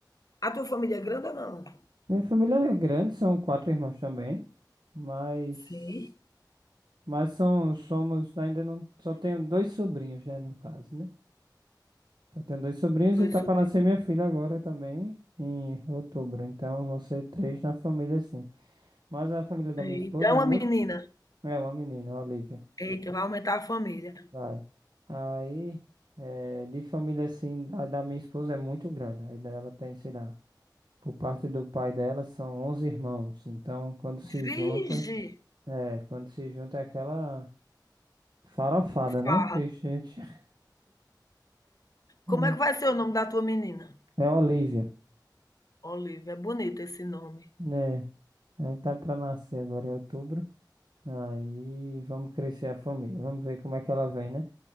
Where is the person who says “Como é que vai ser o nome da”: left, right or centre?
Left